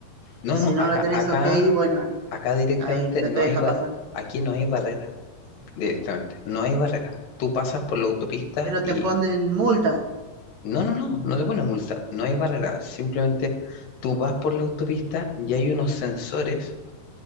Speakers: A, on the left; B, on the right.
A: No,
B: Y si
A: no,
B: no
A: acá,
B: lo tenés
A: acá,
B: ok, bueno,
A: acá directamente
B: ahí no
A: no
B: te deja
A: hay, ba-
B: pasar.
A: aquí no hay barrera, directamente, no hay barrera. Tú pasas por la autopista
B: Pero te
A: y
B: ponen multa,
A: No, no, no, no te pone multa, no hay barrera, simplemente tú vas por la autopista y hay unos sensores